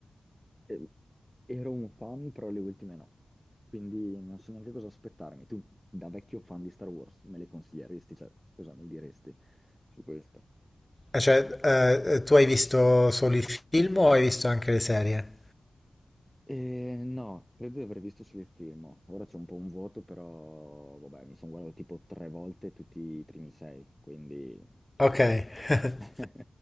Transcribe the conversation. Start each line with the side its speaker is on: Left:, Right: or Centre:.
Centre: Eh, ero un fan, però le ultime no. Quindi non so neanche cosa aspettarmi. Tu, da vecchio fan di Star Wars, me le consiglieresti? Cioè, cosa mi diresti su questo?
Left: Eh, Cioè, eh, tu hai visto solo il film o hai visto anche le serie?
Centre: Eh, no, credo di aver visto solo il film. Ora c'è un po' un vuoto, però vabbè, mi sono guardato tipo tre volte tutti i primi sei, quindi...
Left: Ok. <laughs>
Centre: <laughs>